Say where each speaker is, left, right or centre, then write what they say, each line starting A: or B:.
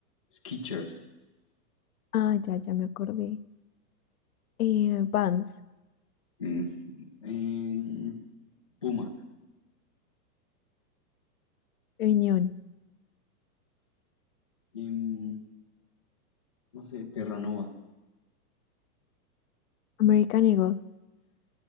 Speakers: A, on the left (about 20°); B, on the left (about 60°).
A: Skechers.
B: Ah, ya, ya me acordé. Eh, Vans,
A: Mm, <laughs> em, Puma.
B: Union,
A: Em, no sé, Terranova.
B: American Eagle,